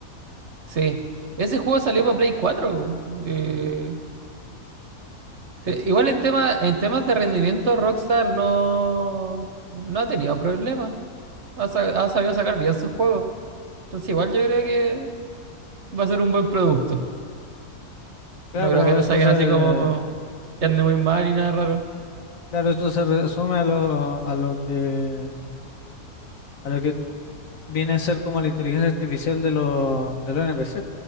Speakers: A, on the right; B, on the left.
A: Sí, ese juego salió para Play cuatro. eh, sí, igual en tema, en temas de rendimiento, Rockstar no, no ha tenido problemas. Ha, sa- ha sabido sacar bien sus juegos. Entonces, igual yo creo que va a ser un buen producto.
B: Claro,
A: No
B: pero
A: creo que lo
B: eso
A: saquen
B: se,
A: así
B: eh,
A: como que
B: eh,
A: ande muy mal y nada raro.
B: claro, esto se resume a lo, a lo que, a lo que viene a ser como la inteligencia artificial de los, de los NPC.